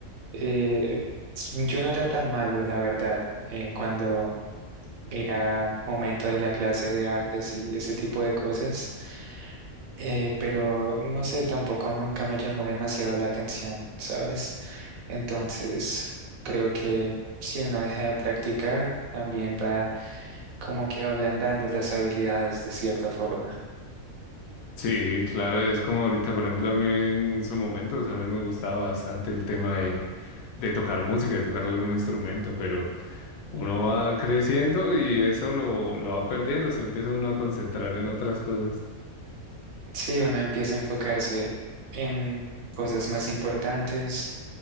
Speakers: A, on the right (about 80°); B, on the left (about 85°).
A: Eh, s- yo no era tan malo, la verdad, eh, cuando era momento de la clase de artes y ese tipo de cosas, eh, pero no sé, tampoco nunca me llamó demasiado la atención, ¿sabes? Entonces, creo que si uno deja de practicar, también va como que ablandando las habilidades de cierta forma.
B: Sí, claro, es como ahorita, por ejemplo, a mí en su momento, o sea, a mí me gustaba bastante el tema de, de tocar música, de tocar algún instrumento, pero uno va creciendo y eso lo, lo va perdiendo, se empieza uno a concentrar en otras cosas.
A: Si uno empieza a enfocarse en cosas más importantes,